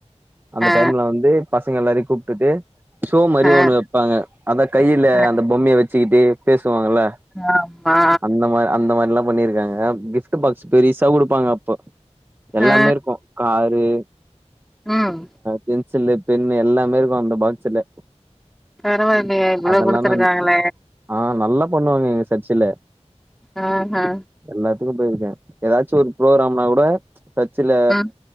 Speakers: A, on the right (about 15°); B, in the centre.
A: அந்த
B: ஆ
A: டைம்ல வந்து பசங்க எல்லாரையு கூப்டுட்டு சோ மாரிய
B: ஆ
A: ஒன்னு வைப்பாங்க அதா கையில
B: ஆ
A: அந்த பொம்மைய வச்சிக்கிட்டு பேசுவாங்கல
B: ஆமா
A: அந்த மார அந்த மாரி எல்லா பண்ணிருக்காங்க கிஃப்ட் பாக்ஸ் பெரியசா குடுப்பாங்க அப்போ எல்லாமே
B: ஆ
A: இருக்கு காரு
B: உம்
A: பென்சில்லு பென்னு எல்லாமே இருக்கு அந்த பாக்ஸ்ல
B: பரவா இல்லையே இவ்ளோ
A: அதெல்லா
B: குடுத்துருக்காங்கள
A: நா ஆ நல்ல பண்ணுவாங்க எங்க சர்ச்சில
B: அ ஹ
A: எல்லாத்துக்கு போயிருக்கே எதாச்சு ஒரு ஃப்புரோக்கிராம்னா கூட டச்சில
B: ம்